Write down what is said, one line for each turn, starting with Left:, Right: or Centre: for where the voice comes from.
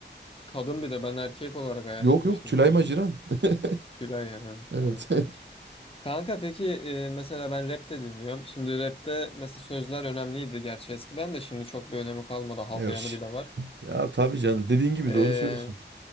Left: kadın bir de ben erkek olarak hayal
Right: Yok
Left: etmiştim
Right: yok Tülay
Left: şimdi.
Right: Maciran. <laughs>
Left: Tülay ha
Right: Evet.
Left: tamam. Kanka peki e, mesela ben rap de dinliyorum. Şimdi rapte mesela sözler önemliydi gerçi eskiden de şimdi çok bir önemi kalmadı. Havlayanı
Right: <laughs> Yok
Left: bile var.
Right: Ya tabii canım dediğin gibi
Left: E,
Right: doğru söylüyorsun.